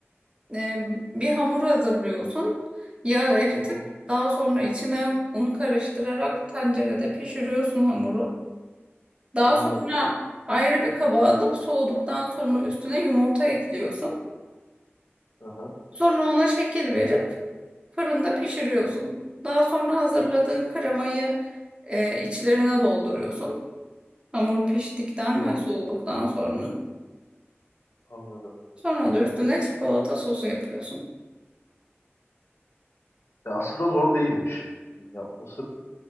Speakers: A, on the right (about 25°); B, on the left (about 70°).
A: e, bir hamur hazırlıyorsun. Yağı eritip
B: hı hı.
A: daha sonra içine un karıştırarak tencerede pişiriyorsun hamuru. Daha
B: Anladım.
A: sonra ayrı bir kaba alıp soğuduktan sonra üstüne yumurta ekliyorsun.
B: Aha.
A: Sonra ona şekil verip fırında pişiriyorsun. Daha sonra hazırladığın kremayı e, içlerine dolduruyorsun. Hamur piştikten
B: Hı,
A: ve soğuduktan sonra.
B: anladım.
A: Sonra da üstüne çikolata sosu yapıyorsun.
B: Ya aslında zor değilmiş yani yapması.